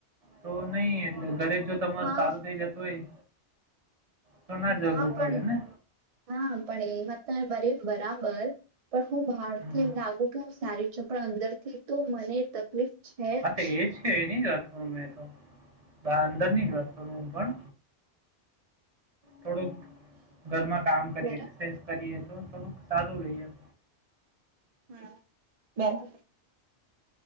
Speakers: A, on the right; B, on the right.
A: તો નહી એટલે ઘરે જો તમારું
B: હા
A: સારું થઈ જતું હોય, તો ના જરૂર
B: હા પણ
A: પડે ને.
B: હા પણ એ વાત તમે બરી બરાબર પણ હું ભાર
A: હમ.
B: થી એમ લાગુ કે હું સારી છું પણ અંદર થી તો મને તકલીફ છે
A: હા તો
B: જ.
A: એજ કે એની જ વાત કરું મેં તો, બા અંદરની જ વાત કરું હું પણ. થોડુંક ઘરમાં કામ કરીએ,
B: બરાબર
A: એક્સરસાઇઝ કરીએ તો થોડુંક સારું રે એમ.
B: હા બરાબર.